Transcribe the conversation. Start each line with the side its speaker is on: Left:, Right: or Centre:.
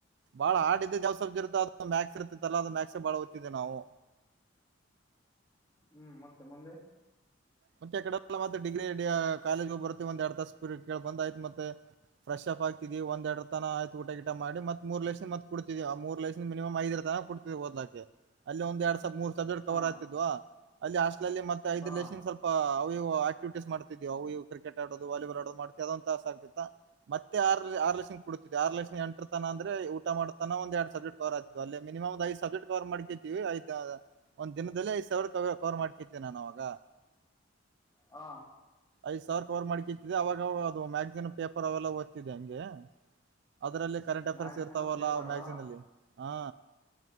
Right: ಬಾಳ ಹಾಡ್ ಇದಿದ್ದೆ ಯಾವ ಸಬ್ಜ ಇರುತ್ತ ಅದ ಮ್ಯಾಕ್ಸ್ ಇರ್ತತ್ತಲ್ಲಾ ಅದು ಮ್ಯಾಕ್ಸ ಬಾಳ ಓದ್ತಿದೀವಿ ನಾವು
Left: ಹ್ಮ್ ಮತ್ತೆ ಮುಂದೆ
Right: ಮತ್ತೆ ಕಡೆಲ್ಲ ಮತ್ತೆ ಡಿಗ್ರಿ ಕಾಲೇಜು ಬರ್ತತಿವಿ ಒಂದ ಎರಡ್ ತಾಸ ಕ ಬಂದ್ ಆ್ತತ್ ಮತ್ತೆ ಫ್ರೆಪ್ ಆಗ್ತೀ ಒಂದ ಎರಡು ತನ ಆಯ್ತ ಊಟ ಗಿಟ ಮಾಡಿ ಮತ್ ಮೂರ್ ಲಕ್ಷದ ಮತ್ಡ್ತೀವಿ ಆ ಮೂರು ಲಕ್ಷದಿಂದಿನಿಮ್ ಐದರ ತನ ಕೂಡ್ತೀವಿ ಓದಲಾಕ್ಕೆ ಅಲ್ಲಿ ಒಂದ ಎರಡ್ ಸ ಮೂರ್ <unintelligible> ಕವರ್
Left: ಹಾ
Right: ಆಗ್ತಿತ್ತಿವ ಅಲ್ಲಿ ಹಾಸ್ಟೆಲ್ನಲ್ಲಿ ತ್ತಾರೆ ಐದ
Left: ಹಾ
Right: ಲೆನ್ ಸ್ವಲ್ಪ ಅವು ಇವು ಆಕ್ಟಿವಿಟೀಸ್ ಮಾಡ್ತಿದೀವು ಅವು ಕ್ರಿಕೆಟ್ ಆಡೋ ವಾಲಬಾಲ್ ಆಡದು ಮಾಡ್ತವಿ ಅದಂತ ತಾಸ ಆಗ್ತಿತಾ ಮತ್ತೆ ಆರು ಆರು ಲೇಸತನ ಕು ಕುಡ್ತಿದೆ ಆರು ಲೇಸತನ ಎಂಟರ ತನ ಅಂದ್ರೆ ಊಟ ಮಾಡತನ ಒಂದ್ ಎರಡ್ ಸಬ್ಜೆಕ್ಟ್ <unintelligible> ಮಿನಿಮ ಒಂದು ಐದು ಸಬ್ಜೆಕ್ಟ್ ಕವರ್ ಮಾಡ್ತಿದೀನಿ ಐದ್ ಒಂದ್ ದಿನದಲ್ಲಿ ಐದ್ ಸಾವಿರ ಕವ ಕವರ್ ಮಾಡ್ಕತಿ ನಾನ್ ಅವಾಗ
Left: ಹ
Right: ಐದ್ ಸಾವಿರ ಕವರ್ ಮಾಡಿ ಕಿತ್ತಿದೆ ಅವಾಗವಾಗ ಅದು ಮ್ಯಾಗ್ಜಿನ್ ಪೇಪರ್ ಅವೆಲ್ಲ ಓದತಿದೆ ಹಂಗೆ ಅದರಲ್ಲಿ ಕರೆಂಟ್ ಅಫೇರ್ಸ್
Left: ಮ್ಯಾಗ್ಝೀನು
Right: ಇರ್ತಾವಲ್ಲ
Left: ಪೇಪರು
Right: ಮ್ಯಾಗ್ಜಿನ್ ಅಲ್ಲಿ ಹ